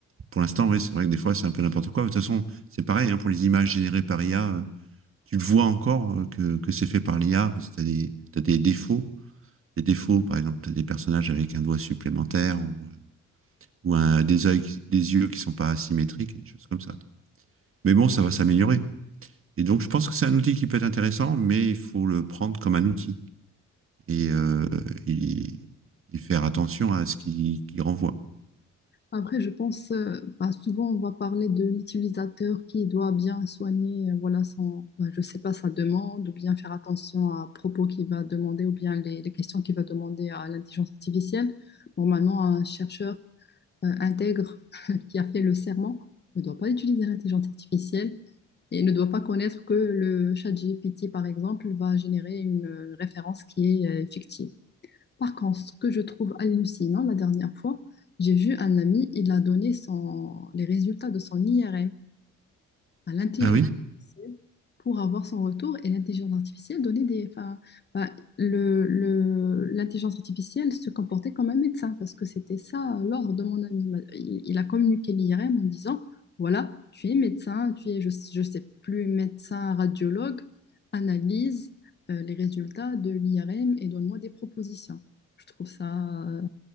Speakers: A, on the right; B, on the left.
A: pour l'instant, oui, c'est vrai que des fois, c'est un peu n'importe quoi. De toute façon, c'est pareil, hein, pour les images générées par IA, euh, tu le vois encore euh, que, que c'est fait par l'IA, parce que tu as des, t'as des défauts. Des défauts, par exemple, tu as des personnages avec un doigt supplémentaire ou, euh, ou un, des, yeux qui, des yeux qui sont pas asymétriques, et des choses comme ça. Mais bon, ça va s'améliorer. Et donc, je pense que c'est un outil qui peut être intéressant, mais il faut le prendre comme un outil et, euh, et, et faire attention à ce qu'il qu'il renvoie.
B: Après, je pense, euh, bah, souvent, on va parler de l'utilisateur qui doit bien soigner, euh, voilà, son, bah, je sais pas, sa demande, ou bien faire attention à propos qu'il va demander, ou bien les les questions qu'il va demander à l'intelligence artificielle. Normalement, un chercheur euh, intègre <laughs> qui a fait le serment ne doit pas utiliser l'intelligence artificielle et ne doit pas connaître que le chat GPT, par exemple, va générer une euh, référence qui est euh, fictive. Par contre, ce que je trouve hallucinant, la dernière fois, j'ai vu un ami, il a donné son- les résultats de son IRM à l'intelligence
A: Ah oui?
B: artificielle pour avoir son retour et l'intelligence artificielle donnait des... Enfin, bah, le, le- l'intelligence artificielle se comportait comme un médecin parce que c'était ça euh, l'ordre de mon ami. Bah, Il, il- a communiqué l'IRM en disant, voilà, tu es médecin, tu es, je, je sais plus, médecin, radiologue, analyse euh, les résultats de l'IRM et donne-moi des propositions. Je trouve ça... euh,